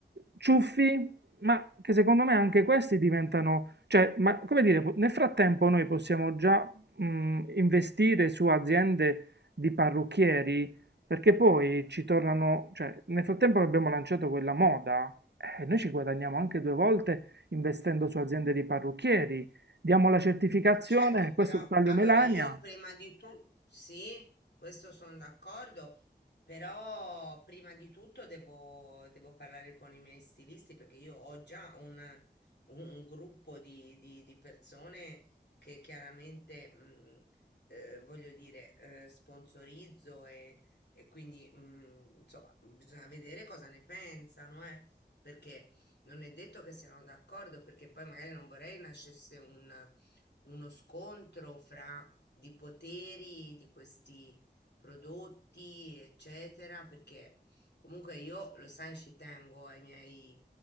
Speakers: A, on the right (about 80°); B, on the left (about 80°).
A: ciuffi, ma che secondo me anche questi diventano, cioè, ma come dire, po- nel frattempo noi possiamo già mh, investire su aziende di parrucchieri, perché poi ci tornano, cioè, nel frattempo che abbiamo lanciato quella moda, eh, noi ci guadagniamo anche due volte investendo su aziende di parrucchieri. Diamo la certificazione,
B: Certo, però
A: questo è il taglio
B: allora
A: Melania.
B: io prima di tutto, sì, questo sono d'accordo, però prima di tutto devo, devo parlare con i miei stilisti perché io ho già un, un- un gruppo di, di- di persone che chiaramente, mh, eh, voglio dire, eh, sponsorizzo e, e quindi, mh, insomma, bisogna vedere cosa ne pensano, eh, perché non è detto che siano d'accordo, perché poi magari non vorrei nascesse un uno scontro fra di poteri di questi prodotti, eccetera, perché comunque io, lo sai, ci tengo ai miei,